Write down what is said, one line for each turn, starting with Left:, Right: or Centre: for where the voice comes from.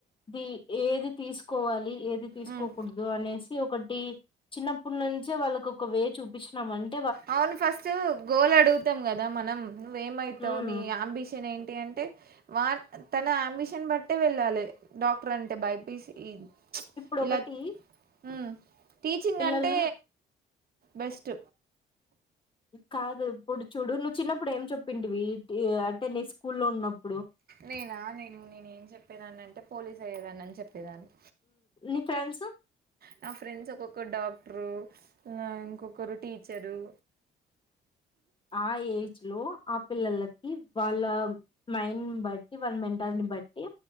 Left: ది ఏది తీసుకోవాలి ఏది తీసుకోకూడుదు
Right: మ్మ్
Left: అనేసి ఒకటి చిన్నప్పుటి నుంచే వాళ్ళకొక్క వే చూపించినాం అంట్
Right: అవును ఫస్ట్ గోల్ అడుగుతాం కదా మనం నువ్ ఏమవుతావ్
Left: హ్మ్
Right: నీ అంబిషన్ ఏంటి అంటే. వాన్ తన అంబిషన్ బట్టే వెళ్ళాలే డాక్టర్ అంటే బైపీసి చ్
Left: ఇప్పుడు
Right: ఇలా
Left: ఒకటి
Right: ఉ టీచింగ్
Left: పిల్లలు
Right: అంటే బెస్ట్
Left: కాదు ఇప్పుడు చూడు నువ్ చిన్నప్పుడు ఏం చెప్పింటివి టియా అంటే ననీ స్కూల్లో ఉన్నప్
Right: నేనా నేను నేనే ఏం చెప్పేదన్నంటే పోలీస్ అయ్యేదానన్ అని చెప్ చొప్పేదాన్ని
Left: నీ ఫ్రెండ్స్
Right: నా ఫ్రెండ్స్ ఒక్కొక్క డాక్ డాక్టరు ఇంకొకరు టీచరు
Left: ఆ ఏజ్ లో ఆ పిల్లలకి వాళ్ళ మైండ్ బట్టి వాళ్ళ మెంటాలిటీ బట్టి